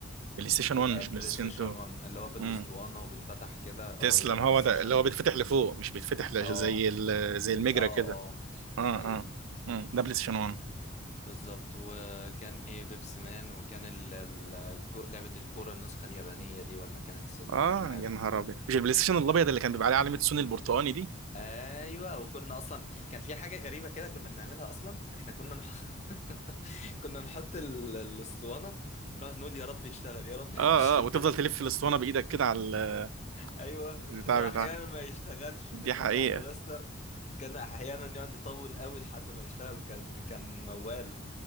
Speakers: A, on the right; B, on the left.
A: بلاي ستيشن
B: يبقى
A: 1 مش
B: البلاي
A: بلاي ستيشن
B: ستيشن
A: 2
B: 1 اللي هو بالاسطوانه وبيتفتح كده اه
A: تسلم
B: يبقى بلاي
A: هو
B: ستيشن
A: ده اللي هو
B: 1
A: بيتفتح لفوق مش بيتفتح لش-
B: اه
A: زي ال- زي المجرة
B: اه
A: كده
B: اه ده
A: اه اه
B: حقيقي
A: مم. ده بلاي ستيشن 1
B: بالظبط وكان ايه بيبس مان وكان ال... ال... الكو- لعبة الكورة النسخة اليابانية دي ولا كانت الصينية
A: اه
B: مش عارف
A: يا نهار ابيض مش البلاي ستيشن الابيض اللي كان بيبقى عليه علامة سوني البرتقاني دي
B: ايوه وكنا اصلا كان في حاجة غريبة كده كنا بنعملها اصلا احنا كنا نحط <laughs> كنا نحط ال... الاسطوانة ونقعد نقول يا رب يشتغل يا رب
A: اه
B: <laughs> يشتغل
A: اه وتفضل تلف الاسطوانة بايدك كده على ال-
B: ايوه
A: البتاع
B: واحيانا
A: بتاع
B: ما يشتغلش
A: دي
B: فنرجع
A: حقيقة
B: نراستر وكان احيانا يقعد يطول قوي لحد ما يشتغل كان كان موال